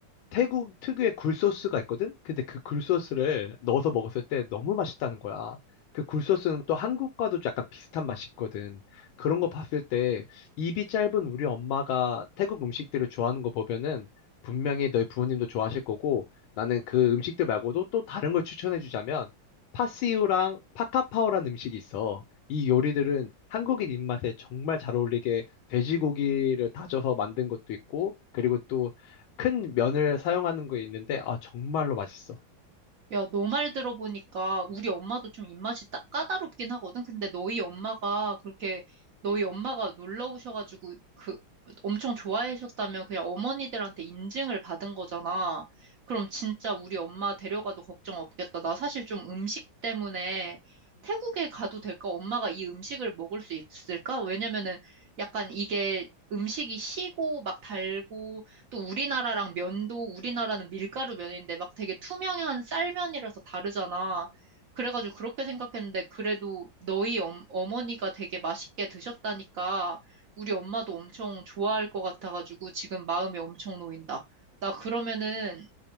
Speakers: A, on the left; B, on the right.
A: 태국 특유의 굴소스가 있거든? 근데 그 굴소스를 넣어서 먹었을 때 너무 맛있다는 거야. 그 굴소스는 또 한국과도 약간 비슷한 맛이 있거든. 그런 거 봤을 때 입이 짧은 우리 엄마가 태국 음식들을 좋아하는 거 보면은 분명히 너희 부모님도 좋아하실 거고 나는 그 음식들 말고도 또 다른 걸 추천해 주자면 파시우랑 파카파오라는 음식이 있어. 이 요리들은 한국인 입맛에 정말 잘 어울리게 돼지고기를 다져서 만든 것도 있고 그리고 또 큰 면을 사용하는 거 있는데, 아, 정말로 맛있어.
B: 야, 너 말 들어보니까 우리 엄마도 좀 입맛이 딱 까다롭긴 하거든. 근데 너희 엄마가 그렇게 너희 엄마가 놀러 오셔가지고 그 엄청 좋아하셨다면 그냥 어머니들한테 인증을 받은 거잖아. 그럼 진짜 우리 엄마 데려가도 걱정 없겠다. 나 사실 좀 음식 때문에 태국에 가도 될까? 엄마가 이 음식을 먹을 수 있을까? 왜냐면은 약간 이게 음식이 시고 막 달고 또 우리나라랑 면도, 우리나라는 밀가루 면인데 막 되게 투명한 쌀면이라서 다르잖아. 그래가지고 그렇게 생각했는데 그래도 너희 엄, 어머니가 되게 맛있게 드셨다니까 우리 엄마도 엄청 좋아할 것 같아가지고 지금 마음이 엄청 놓인다. 나 그러면은